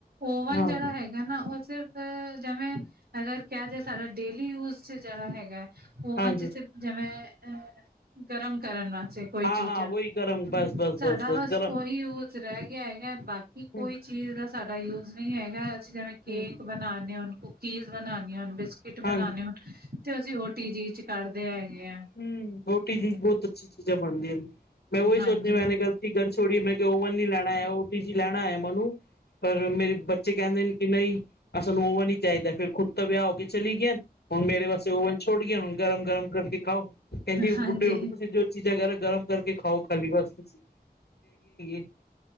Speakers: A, on the right; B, on the left.
A: ਓਵਨ
B: ਹਾਂ
A: ਜੇੜਾ ਹੈਗਾ, ਨਾ ਓ ਸਿਰਫ ਅ ਜੈਵੇਂ ਅਗਰ ਕੈ ਜੇ ਸਾਡਾ ਡੇਲੀ ਯੂਜਡ ਜੇੜਾ ਹੈਗੈ ਓਵਨ
B: ਹਾਂਜੀ
A: ਚ ਜਿਵੇ ਅ ਗਰਮ ਕਰਨ ਵਾਸਤੇ। ਕੋਈ
B: ਹਾਂ
A: ਚੀਜ਼ਾਂ
B: ਹਾਂ ਉਹੀ ਗਰਮ ਬਸ ਬਸ
A: ਸਾਡਾ ਬਸ
B: ਗਰਮ
A: ਓਹੀ ਓ ਚ ਰੈ ਗਿਆ ਹੈਗੈ, ਬਾਕੀ ਕੋਈ
B: ਹਮ
A: ਚੀਜ਼ ਦਾ ਸਾਡਾ ਯੂਜ਼ ਨਈ ਹੈਗਾ ਅਸੀਂ ਹੈਵੇਂ ਕੇ
B: ਹਮ
A: ਬਣਾ ਨੇ ਆ ਹੁਣ ਕੂਕੀਜ਼ ਬਣਾਨੀਆਂ ਹੁਣ ਬਿਸਕਿਟ
B: ਹਾਂਜੀ
A: ਬਣਾਣੇ, ਹੁਣ ਤੇ ਅਸੀਂ ਓਟੀ ਜੀ ਚ ਕਰਦੇ ਹੈਗੇ ਐ।
B: ਹੂੰ ਓਟੀ ਜੀ ਬੋਤ ਅੱਛੀ ਚੀਜ਼ਾਂ ਬਣਦੀਆ ਮੈਂ ਓਹੀ
A: ਹਾਂਜੀ
B: ਸੋਚ ਮੈਂਨੇ ਗਲਤੀ ਗਰ ਛੋੜੀਏ ਮੈਂ ਕਿਆ ਓਵਨ ਨੀ ਲੈਣਾ ਓ ਪੀ ਜੀ ਲੈਣਾ ਐ ਮਨੂੰ ਪਰ ਮੇਰੇ ਬੱਚੇ ਕੈਂਦੇ ਨੇ ਕਿ ਨਈ ਅ ਸਾਨੂੰ ਓਵਨ ਈ ਚਾਈਦਾ, ਫਿਰ ਖੁਦ ਤਾਂ ਵਿਆਹ ਹੋ ਕੇ ਚਲੀ ਗੀਆ ਹੁਣ ਮੇਰੇ ਵਾਸਤੇ ਓਵਨ ਛੋੜ ਗੇ, ਹੁਣ ਗਰਮ-ਗਰਮ ਕਰਕੇ ਖਾਓ ਕਹਿੰਦੀ
A: ਹਾਂਜੀ
B: ਬੁੱਢੇ ਹੋ ਗਏ ਤੁਸੀਂ ਜੋ ਚੀਜ਼ਾਂ ਵਗੈਰਾ ਗਰਮ ਕਰਕੇ ਖਾਓ, ਖਾਲੀ ਬਸ ਤੁਸੀਂ <unintelligible>